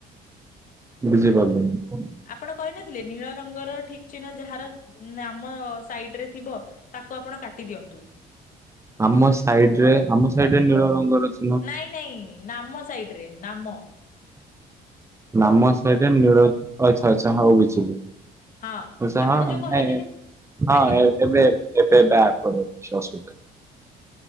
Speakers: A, on the right; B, on the left.
A: ଯିବା ପାଇଁ।
B: ଆପଣ କହିନଥିଲେ, ନୀଳ ରଙ୍ଗର ଠିକ ଚିହ୍ନ ଯାହାର ନାମ ସାଇଡ ରେ ଥିବ ତାକୁ ଆପଣ କାଟି ଦିଅନ୍ତୁ।
A: ଆମ ସାଇଡ ରେ, ଆମ ସାଇଡ ରେ ନୀଳ ରଙ୍ଗର ଅଛି।
B: ନାଇଁ ନାଇଁ, ନାମ ସାଇଡରେ ନାମ।
A: ନାମ ସେଇଡେ ରେ ନିଳ ଆଛା ଆଚ୍ଛା ହଉ ବୁଝିଲି।
B: ହଁ
A: ଓସ
B: ଆପଣ ଯୋଉ
A: ନାଇଁ
B: କହିଥିଲେ
A: ହଁ
B: ଆଜ୍ଞା
A: ଏଁ ଏବେ ଏବେ ବାହାର କର କିଛି ଆସୁବିଧା